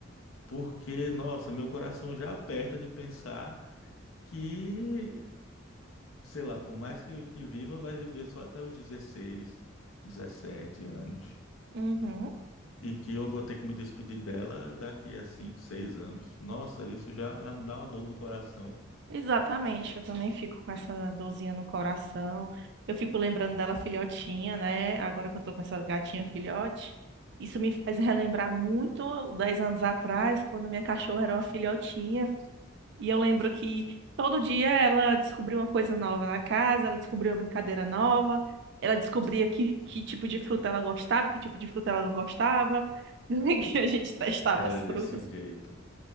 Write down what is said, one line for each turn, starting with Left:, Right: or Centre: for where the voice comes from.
Left: Porque, nossa, meu coração já aperta de pensar que sei lá, por mais que, que viva, vai viver só até os 16, 17 anos.
Right: Uhum,
Left: E que eu vou ter que me despedir dela daqui a 5, 6 anos. Nossa, isso já, já me dá uma dor no coração.
Right: exatamente. Eu também fico com essa dorzinha no coração. Eu fico lembrando dela filhotinha, né? Agora que eu tô com essa gatinha filhote. Isso me faz relembrar muito 10 anos atrás, quando minha cachorra era uma filhotinha. E eu lembro que todo dia ela descobria uma coisa nova na casa, ela descobria uma brincadeira nova, ela descobria que, que tipo de fruta ela gostava, que tipo de fruta ela não gostava, <laughs> que a gente testava
Left: Era
Right: as frutas.
Left: desse jeito.